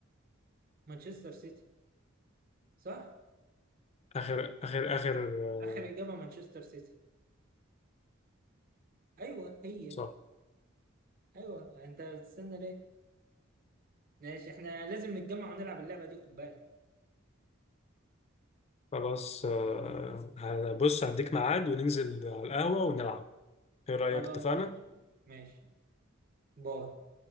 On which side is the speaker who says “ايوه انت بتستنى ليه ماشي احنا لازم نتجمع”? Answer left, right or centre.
Right